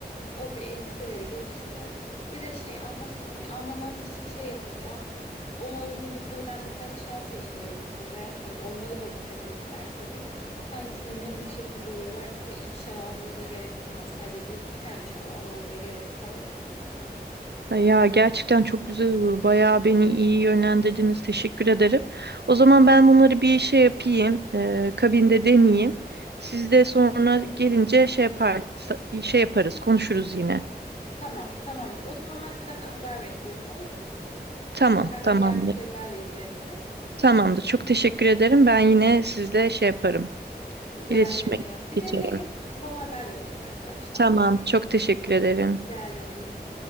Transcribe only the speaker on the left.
O bir elbiseleri getirsin. Bir de şey anlaş hani anlamanız için şey yapacağım. Ona uygun yukarıdan birkaç şal seçtirelim size. Hani onları da bir takın isterseniz. Hangisine ne, ne şekilde uyuyor? Belki de iki şal almanıza gerek kalmaz. Sadece düz bir tane şal almanıza gerek kalır.
Tamam, tamamdır. O zaman ben sizden haber bekliyorum, olur mu?
Yukarıda
diğer müşterilerle ilgileneceğim.
Rica
ederim. Bir
deneyin. Bana haber yollayın arkadaşlar.
Rica ederim.